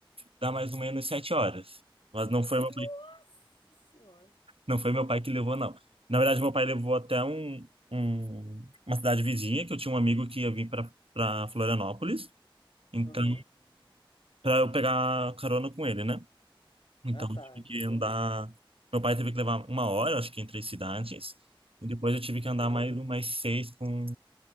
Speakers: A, on the right (about 85°); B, on the left (about 60°).
A: dá mais ou menos sete horas, mas não foi meu pai,
B: Nossa senhora.
A: não foi meu pai que levou não. Na verdade meu pai levou até um, um- uma cidade vizinha que eu tinha um amigo que ia vir para para Florianópolis. Então,
B: Aham.
A: para eu pegar carona com ele, né? Então,
B: Ah, tá.
A: eu tive
B: Entendi.
A: que andar. Meu pai teve que levar uma hora, acho que entre as cidades. E depois eu tive que
B: Entendi.
A: andar mais umas seis com